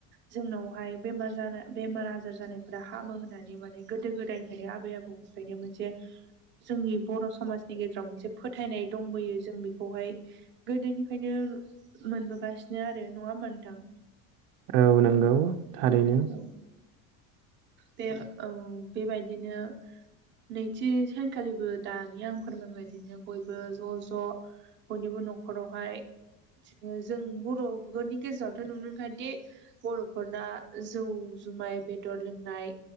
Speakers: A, on the right; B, on the right.
A: जोंनावहाय बेमार जानाय बेमार आजार जानायफोरा हामो होननानै माने गोदो गोदायनिफ्रायनो आबै आबौनिफ्रायनो मोनसे जोंनि बर‌ समाजनि गेजेराव मोनसे फोथायनाय दंबोयो जों बेखौहाय गोदोनि ओंखायनो मोनबोगासिनो आरो नङा ओमबा नोंथां
B: औ नोंगौ थारैनो
A: औ बे औ बेबायदिनो नैथि सानखालिबो दानि आं फोरमायबायदिनो बयबो ज ज बयनिबो नखरावहाय बिदिनो जों बरफोरनि गेजेरावथ नुनोखायदि बर फोरना जौ जुम माइ बेदर लोंनाय